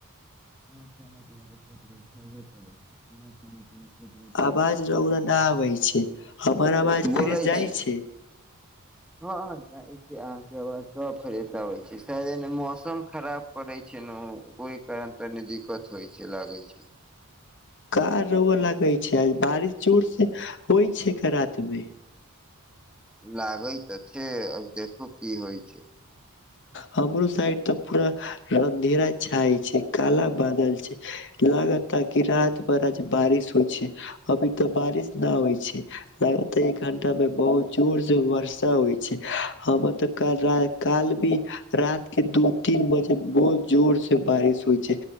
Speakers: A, in the centre; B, on the left.
A: हँ खाना पीना तऽ पेट भरि खैबे करैत छै बिना खाना पीना पेट भर खयले
B: आवाज
A: सबकुछ
B: रौउर न आबै छै हमर आवाज
A: बोलै
B: फ्रेश जाइ
A: छी
B: छै
A: हँ जाइ छै अहाँके आवाज सब फ्रेश आबै छैे शायद एने मौसम खराब करय छै नु ओहि कारण तनी दिक्कत होइ छै लागै छै
B: कार रउआऽ लागै छै आज बारिश जोर से होइ छै क रातिमे
A: लागै तऽ छै अब देखू की होइ छै
B: हमरो साइड तऽ पूरा अन्धेरा छाय छै काला बादल छै लागयता रति भर आज बारिश होइ छै अभी तऽ बारिश न होइ छै लायता एक घंटा मे बहुत जोर से बरसा होइ छै हमरा तऽ काल रात काल भी रात के दू तीन बजे बहुत जोर से बारिश होइ छै